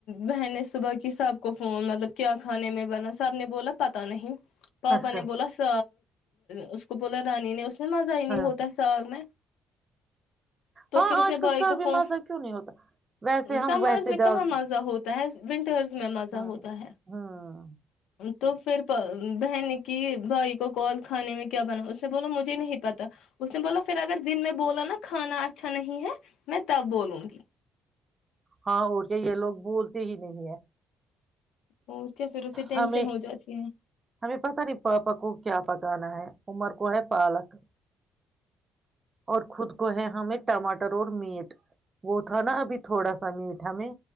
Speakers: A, on the left; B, on the right.
A: بہنیں صبح کی سب کو فون مطلب کیا کھانے میں بنا سب نے بولا پتا نہیں پپ
B: اچھا
A: نے بولا س اس کو بولا رانی نے ھ مزہئی نہیں
B: ہاں
A: ہوتر سال م میں تو
B: ہاں
A: پھر اس
B: آج
A: نے
B: کل
A: بھائی
B: ساف
A: کو
B: بھی
A: فون
B: ماسا کیوں نہیں ہوتا ویسے ہم
A: سمرس
B: ویسے
A: میں
B: ڈال
A: کہاں مزہ ہوتا ہے ونٹرس میں مزہ
B: ہاں
A: ہوتا
B: ہوں
A: ہے تو پھر بہن کی بھائی کو کال کھانے میں کیا بنا اس نے بولا مجھے نہیں پتا اس نے بولا پھر اگر دن میں بولا نا کھانا اچھا نہیں ہے میں تب بولوں گی
B: ہاں وہ کہ یہ لوگ بولتے بھی نہیں ہے
A: اور کیا پھر اسے ٹینشن
B: ہمیں
A: ہو جاتی ہے
B: ہمیں پتا نہیں پاپا کو کیا پکانا ہے عمر کو ہے پالک اور خود کو ہے ہمیں ٹماٹر اور میٹ وہ تھا نا ابھی تھوڑا سا میٹ ہمیں